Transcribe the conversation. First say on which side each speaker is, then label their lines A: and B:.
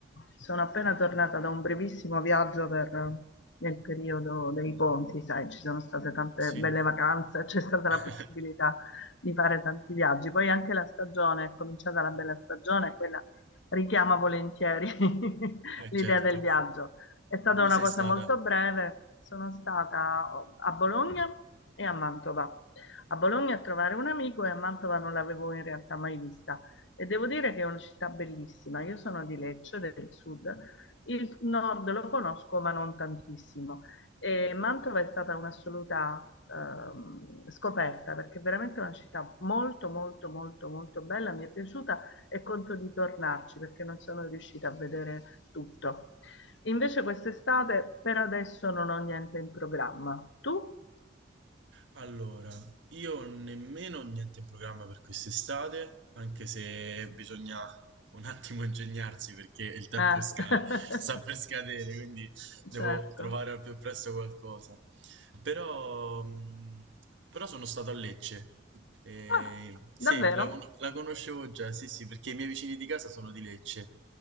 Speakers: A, on the left (about 75°); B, on the right (about 75°).
A: sono appena tornata da un brevissimo viaggio per- nel periodo dei ponti, sai, ci sono state tante
B: Sì.
A: belle vacanze, <laughs> c'è stata
B: <laughs>
A: la possibilità di fare tanti viaggi. Poi anche la stagione, è cominciata la bella stagione, e quella richiama volentieri <laughs> l'idea
B: Certo.
A: del viaggio. È stata
B: Dove
A: una
B: sei
A: cosa
B: stata?
A: molto breve, sono stata oh, a Bologna e a Mantova. A Bologna a trovare un amico e a Mantova non l'avevo in realtà mai vista. E devo dire che è una città bellissima. Io sono di Lecce, del sud. Il nord lo conosco, ma non tantissimo. E Mantova è stata un'assoluta ehm, scoperta, perché è veramente una città molto, molto, molto, molto bella. Mi è piaciuta e conto di tornarci, perché non sono riuscita a vedere tutto. Invece quest'estate, per adesso, non ho niente in programma. Tu?
B: Allora, io nemmeno ho niente in programma per quest'estate, anche se bisogna un attimo ingegnarsi perché il tempo
A: Eh.
B: scade-
A: <laughs>
B: sta per scadere, quindi devo
A: Certo.
B: trovare al più presto qualcosa. Però, mh, però sono stato a Lecce. E
A: Ah,
B: sì,
A: davvero?
B: la, con- la conoscevo già, sì, sì, perché i miei vicini di casa sono di Lecce.